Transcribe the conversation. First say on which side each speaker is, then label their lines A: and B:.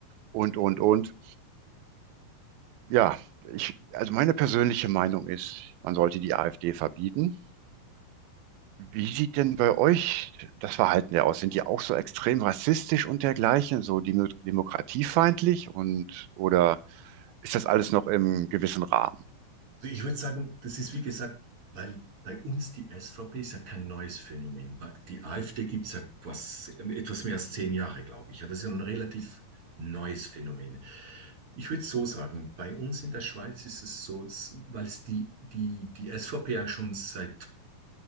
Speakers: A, on the right; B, on the right.
A: und, und, und. Ja, ich, also meine persönliche Meinung ist, man sollte die AfD verbieten. Wie sieht denn bei euch das Verhalten der aus? Sind die auch so extrem rassistisch und dergleichen, so demo- demokratiefeindlich und oder ist das alles noch im gewissen Rahmen?
B: Also ich würde sagen, das ist wie gesagt, weil bei uns die SVP ist ja kein neues Phänomen. Bei- Die AfD gibt es ja quasi etwas mehr als zehn Jahre, glaube ich. Ja, das ist ja ein relativ neues Phänomen. Ich würde es so sagen, bei uns in der Schweiz ist es so, weil es die, die, die SVP ja schon seit